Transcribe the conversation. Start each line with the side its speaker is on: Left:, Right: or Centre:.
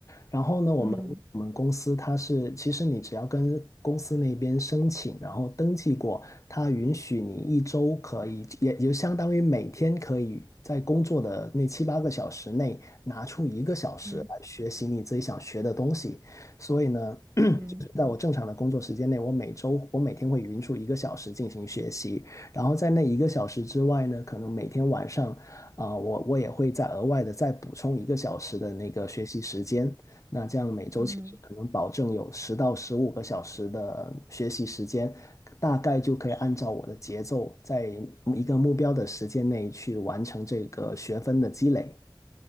Left: 然后呢，我们我们公司它是，
Right: 嗯
Left: 其实你只要跟公司那边申请，然后登记过，它允许你一周可以，也也就相当于每天可以在工作的那七八个小时内拿出一个小时来学习你自己想学的东西。
Right: 嗯
Left: 所以呢，
Right: 嗯
Left: 在我正常的工作时间内，我每周我每天会匀出一个小时进行学习，然后在那一个小时之外呢，可能每天晚上啊、呃我我也会再额外的再补充一个小时的那个学习时间。那这样每周其实可能保证有十到十五个小时的学习时间，
Right: 嗯
Left: 大概就可以按照我的节奏，在一个目标的时间内去完成这个学分的积累。